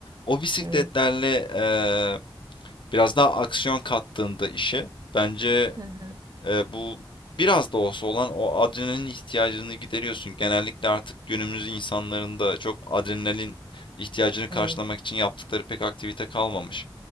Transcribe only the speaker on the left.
o bisikletlerle
eee, biraz daha aksiyon kattığında işe bence
eee, bu biraz da olsa olan o adrenalin ihtiyacını gideriyorsun. Genellikle artık günümüz insanların da çok adrenalin ihtiyacını karşılamak
için yaptıkları pek aktivite kalmamış.